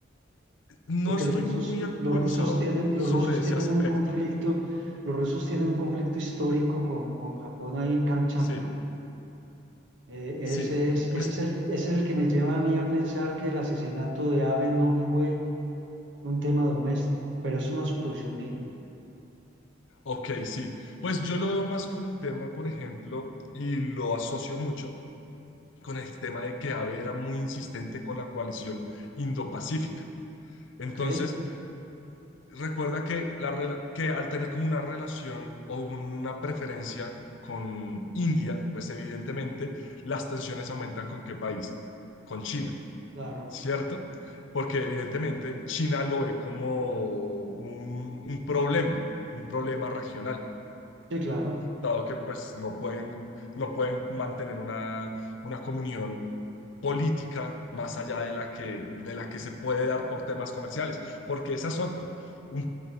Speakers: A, on the left; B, on the right.
A: No
B: porque
A: estoy
B: los rusos,
A: muy actualizado
B: los rusos tienen, los
A: sobre
B: rusos
A: ese
B: tienen
A: aspecto.
B: un conflicto, los rusos tienen un conflicto histórico con, con Japón ahí en Kamchatka.
A: Sí,
B: Eh,
A: sí.
B: ese es, ese
A: Pues,
B: es el, ese es el que me lleva a mí a pensar que el asesinato de Abe no fue un tema doméstico, pero es una suposición mía,
A: ok, sí. Pues yo lo veo más con el tema, por ejemplo, y lo asocio mucho con el tema de que Abe era muy insistente con la coalición indopacífica. Entonces,
B: ¿ok?
A: recuerda que, la, rela- que al tener como una relación o una preferencia con India, pues evidentemente las tensiones aumentan con qué país? Con China.
B: Claro,
A: ¿cierto? Porque evidentemente China lo ve como un, un problema, un problema regional,
B: sí, claro,
A: dado que pues no pueden, no pueden mantener una, una comunión política más allá de la que, de la que se puede dar por temas comerciales, porque esa es otra. Un